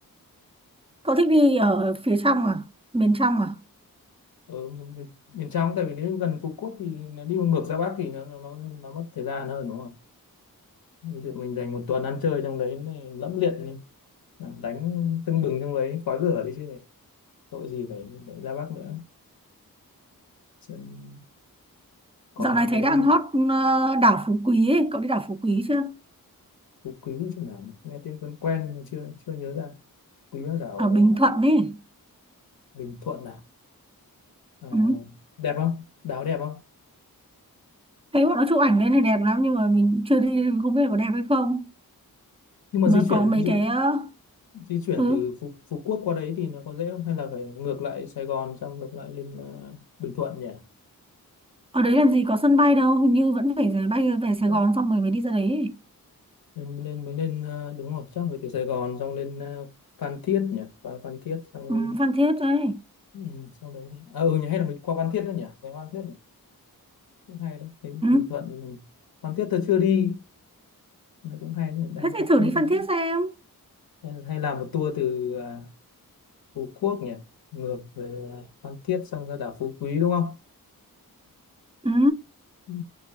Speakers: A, on the right; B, on the left.
A: cậu thích đi ở phía trong à miền trong à
B: ở miền, miền trong tại vì nếu gần Phú Quốc thì nó đi ngược ra Bắc thì nó nó nó mất thời gian hơn đúng không ví dụ mình dành một tuần ăn chơi trong đấy này, lẫm liệt này, đánh tưng bừng trong đấy khói lửa đấy chứ này tội gì phải để ra Bắc nữa Sơn có
A: dạo này
B: cái
A: thấy đang hot ờ, đảo Phú Quý ấy. cậu đi đảo Phú Quý chưa
B: Phú Quý chỗ nào nhỉ? nghe tên quen quen mà chưa chưa nhớ ra Quý ở đảo
A: ở Bình Thuận ấy
B: Bình Thuận à, à
A: ừ.
B: đẹp không đảo đẹp không
A: thấy bọn nó chụp ảnh lên này đẹp lắm nhưng mà mình chưa đi nên không biết là có đẹp hay không
B: nhưng mà
A: mà
B: di chuyển
A: có mấy
B: ví dụ
A: cái ờ,
B: di chuyển
A: ừ
B: từ Phú, Phú Quốc qua đấy thì nó có dễ không hay là phải ngược lại Sài Gòn xong ngược lại lên ờ, Bình Thuận nhỉ
A: ở đấy làm gì có sân bay đâu hình như vẫn phải rẽ bay về Sài
B: Ờ,
A: Gòn xong rồi mới đi ra đấy
B: lên lên mới lên ờ, đúng rồi chắc phải từ Sài Gòn xong lên ờ, Phan Thiết nhỉ và Phan Thiết xong
A: ừ,
B: rồi-
A: Phan Thiết đấy
B: ừ, sau đấy đi. à, ừ nhỉ hay là mình qua Phan Thiết nữa nhỉ về Phan Thiết nhỉ? cũng hay đấy Thấy
A: Ừ.
B: Bình Thuận ừ, Phan Thiết tôi chưa đi nó cũng hay đấy nhỉ đang
A: Thế thì
B: có
A: thử
B: khi
A: đi
B: có
A: Phan Thiết xem.
B: hay hay làm một tour từ à, Phú Quốc nhỉ ngược về ờ, Phan Thiết xong ra đảo Phú Quý đúng không
A: Ừ.
B: ừ.